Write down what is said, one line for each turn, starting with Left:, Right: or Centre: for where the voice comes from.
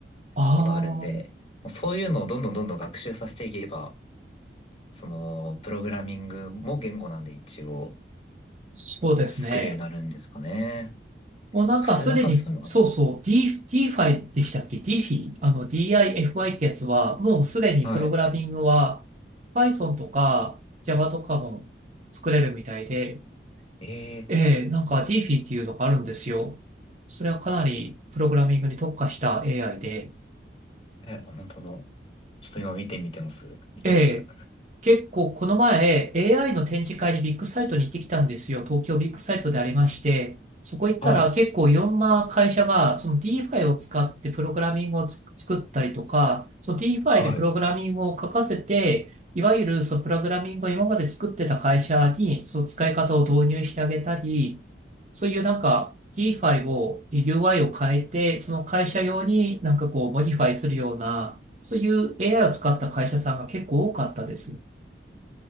Right: ああ、
Left: のがあるんで、そういうのをどんどんどんどん学習させていけば、そのプログラミングも言語なんで一応
Right: そうですね。
Left: 作れるようになるんですかね。
Right: もうなんかすでに、
Left: 数学はそういうのか
Right: そうそう、D、DeFi でしたっけ ?DeFi? あの DIFI ってやつは、もうすでにプログラミングは
Left: なはい。
Right: Python とか Java とかも作れるみたいで、
Left: え
Right: ええ、なんか DeFi っていうのがあるんですよ。それはかなりプログラミングに特化した AI で、
Left: ー、え、本当だ。ちょっと今見てみてます。見てます。
Right: え結構この前 AI の展示会にビッグサイトに行ってきたんですよ。東京ビッグサイトでありまして、そこ行ったら結構いろんな会社がその
Left: はい。
Right: DeFi を使ってプログラミングをつ作ったりとか、その DeFi
Left: はい。
Right: でプログラミングを書かせて、いわゆるそのプログラミングを今まで作ってた会社にその使い方を導入してあげたり、そういうなんか DeFi を UI を変えて、その会社用になんかこうモディファイするような、そういう AI を使った会社さんが結構多かったです。